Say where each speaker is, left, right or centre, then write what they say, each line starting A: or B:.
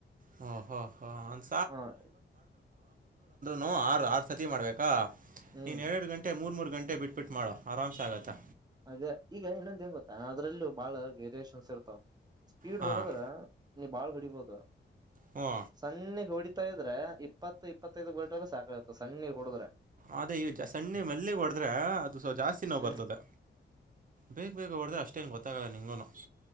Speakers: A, on the right; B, on the right.
A: ಓ ಹೋ ಹೋ ಅಂದ್
B: ಹಾಂ
A: ನು ಆರ್ ಆರ್ ಸತಿ ಮಾಡ್ಬೇಕಾ
B: ಹ್ಮ್
A: ನೀನ್ ಎರಡು ಗಂಟೆ ಮೂರ್ ಮೂರ್ ಗಂಟೆ ಬಿಟ್ಬಿಟ್ಟ ಮಾಡೋ ಆರಾಮ್ಸ ಆಗುತ್ತೆ
B: ಅದೇ ಈಗ ಇನ್ನೊಂದ ಹೆಂಗ ಗೊತ್ತಾ ಅದ್ರಲ್ಲೂ ಬಹಳ ವೇರಿಯೇಷನ್ಸ್ ಇರ್ತಾವ ಸ್ಪೀಡ್
A: ಹಾಂ
B: ಹೊಡದ್ರ ನೀ ಬಾಳ್ ಹೊಡಿಬಹುದು
A: ಹ್ಞೂ
B: ಸಣ್ಣಿಗ್ ಹೊಡಿ. ಪೈದ್ರೆ ಇಪ್ಪತ್ತು ಇಪ್ಪತ್ತೈದು ಗಲ್ಟ ಸಾಕಗುತ್ತೆ ಸಣ್ಣಿಗ್ ಹೊಡಿದ್ರೆ.
A: ಆದ್ರೆ ಈ ಸಣ್ಣೆ ಮೆಲ್ಲಿಗೆ ಹೊಡದ್ರೆ ಅದು ಸೊ ಜಾಸ್ತಿ ನೋವು
B: ಹ್ಮ್
A: ಬರ್ತದೆ ಬೇಗ ಬೇಗ ಹೊಡ್ದ್ರೆ ಅಷ್ಟೇನು ಗೊತ್ತಾಗಲ್ಲ ನಿಂಗೂನು